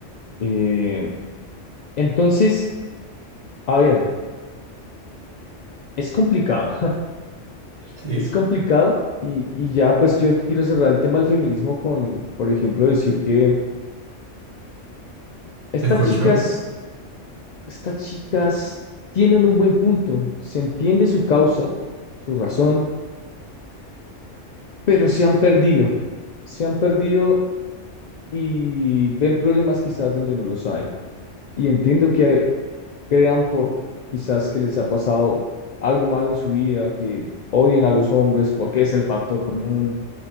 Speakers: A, on the left; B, on the right.
A: Eh, entonces, a ver, es complicado, <laughs>
B: Sí,
A: es complicado. Y, y ya, pues yo quiero cerrar el tema del feminismo con, por ejemplo, decir que estas
B: ¿te escucho?
A: chicas Estas chicas tienen un buen punto, se entiende su causa, su razón, pero se han perdido, se han perdido y ven problemas quizás donde no los hay. Y entiendo que crean por quizás que les ha pasado algo malo en su vida, que odian a los hombres porque es el factor común,